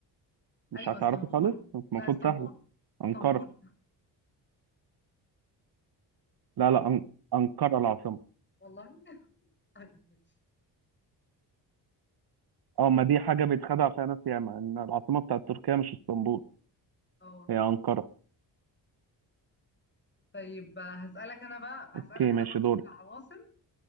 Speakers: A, on the right; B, on the left.
A: مش
B: ايوه
A: هتعرفي
B: اسطنبول
A: خالص بس المفروض
B: لا اسطنبول
A: سهلة
B: اسطنبول
A: أنقرة لا لا أن... أنقرة العاصمة
B: والله <laughs> طيب ماشي
A: اه ما دي حاجة بيتخدع فيها ناس ياما ان العاصمة بتاعت تركيا مش اسطنبول
B: اه
A: هي أنقرة
B: طيب آه، هسألك انا بقى
A: اوكي
B: هسألك انا
A: ماشي
B: برضو
A: دورك
B: في العواصم